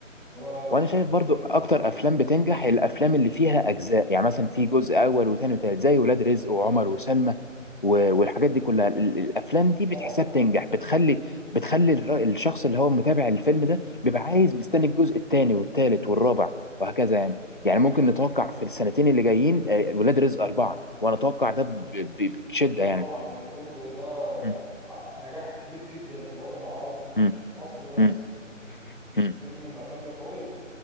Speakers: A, in the centre; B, on the left.
A: هو لسه
B: وانا شايف
A: شغال
B: برضو اكتر افلام بتنجح الافلام اللي فيها اجزاء يعني مثلا في جزء اول وتاني وتالت زي ولاد رزق وعمر وسلمى و- والحاجات دي كلها ال- ال- الافلام دي بتحسها
A: طبعا اكيد
B: بتنجح بتخلي بتخلي الر- الشخص اللي هو متابع الفيلم ده بيبقى عايز مستني الجزء التاني والتالت والرابع وهكذا يعني يعني ممكن
A: اه بالظبط
B: نتوقع في السنتين اللي جايين آه، ولاد رزق أربعة وانا اتوقع ده ب- ب- بشدة
A: اكيد
B: يعني
A: طبعا يعني فيلم زي ده ن-
B: مم.
A: حقق نجاح كبير جدا في الوطن العربي
B: مم.
A: مش في مصر بس
B: مم.
A: يعني
B: مم.
A: فيلم من الافلام القويه